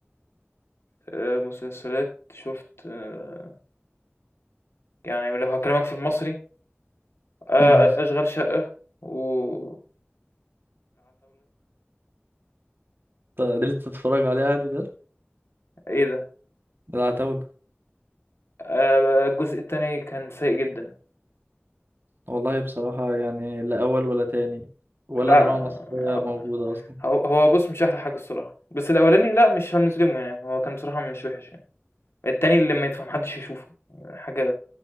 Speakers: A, on the left; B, on the right.
A: آه، مسلسلات شفت آه، يعني لو هكلمك في المصري آآ
B: أمم،
A: أشغال شقة والعتاولة،
B: ط- قدرت تتفرج عليه عادي ده
A: إيه ده!
B: ده العتاولة
A: آآ الجزء التاني كان سيء جدًا،
B: والله بصراحة يعني لا أول ولا تاني ولا
A: لأ
B: دراما مصرية
A: آه،
B: موجودة أصلا
A: ه هو هو بُص مش أحلى حاجة الصراحة، بس الأولاني لأ مش هنظلمه يعني، هو كان بصراحة مش وحش يعني، التاني اللي ما يدفع ما حدش يشوفه، حاجة